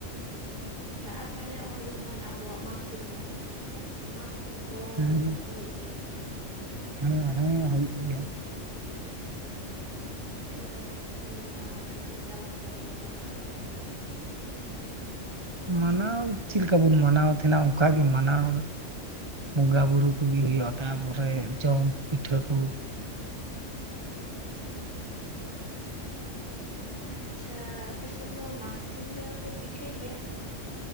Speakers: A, on the right (about 45°); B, on the right (about 25°).
A: ᱟᱪᱪᱷᱟ ᱟᱨ ᱛᱟᱦᱚᱞᱮ ᱦᱚᱜ-ᱚᱭ ᱡᱮᱢᱚᱱ ᱟᱵᱚᱣᱟᱜ ᱢᱟᱜᱽ ᱥᱤ ᱢᱮᱱᱟᱜ ᱛᱟᱵᱚᱱᱟ ᱥᱮ ᱚᱱᱟ ᱢᱟᱜᱽ ᱥᱤᱢ ᱠᱚ
B: ᱦᱮᱸ
A: ᱡᱚᱢ ᱠᱚ ᱦᱩᱭᱩᱜ ᱜᱮᱭᱟ ᱥᱮ ᱵᱟᱝ
B: ᱦᱮᱸ ᱦᱮᱸ ᱦᱩᱭᱩᱜ ᱜᱮᱭᱟ
A: ᱪᱮᱫ ᱞᱮᱠᱟ ᱵᱷᱟᱵᱽ ᱛᱮᱯᱮ ᱢᱟᱱᱟᱣᱟ ᱢᱟᱱᱮ ᱪᱮᱫ ᱞᱮᱠᱟ ᱵᱷᱟᱵᱽ ᱛᱮ ᱚᱱᱛᱮ ᱫᱚᱯᱮ ᱢᱟᱱᱟᱣ ᱜᱮᱭᱟ?
B: ᱢᱟᱱᱟᱣ ᱪᱤᱫ ᱞᱮᱠᱟ ᱵᱚᱱ ᱢᱟᱱᱟᱣ ᱛᱟᱦᱮᱱᱟ ᱚᱱᱠᱟ ᱜᱤ ᱢᱟᱱᱟᱣ ᱵᱚᱸᱜᱟ ᱵᱩᱨᱩ ᱠᱚᱜᱤ ᱦᱩᱭᱩᱜᱼᱟ ᱛᱟᱯᱚᱨᱮ ᱡᱚᱢ ᱯᱤᱴᱷᱟᱹ ᱠᱩ
A: ᱟᱪᱪᱷᱟ ᱟᱯᱮ ᱥᱮᱱ ᱫᱚ ᱢᱟᱜᱽ ᱥᱤᱢ ᱨᱮᱦᱚᱸ ᱯᱮ ᱯᱤᱴᱷᱟᱹᱭ ᱜᱮᱭᱟ